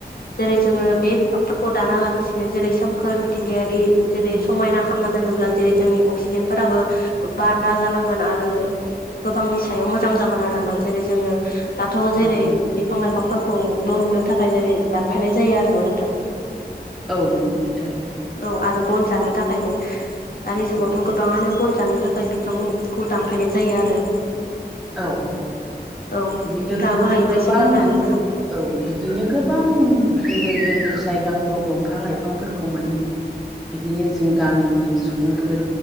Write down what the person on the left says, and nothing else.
जेरै जोङो बे बिफांफोरखौ दानालासिनो जेरै सोमखोर मिथिंगायारि जेरै समायना खालामना दोनोब्ला जेरै जोंनि अक्सिजेनफोराबो बारा जालांगोन आरो गोबांनि सायाव मोजां जागोन आरोना जेरै जोङो दाथ' जेरै
बिफां लाइफांफोरखौ न' लुनो थाखाय जेरै दानफायनाय जायो आरो न' नोंथां
औ आरो बन जानो था खायबो दानि जुगावथ'
गोबाङनो बन जानो थाखाय बिफांखौ दानफायनाय जायो आरो
औ
नोंथाङाबो
हायोबा
एसे फोरमायनानै
होलां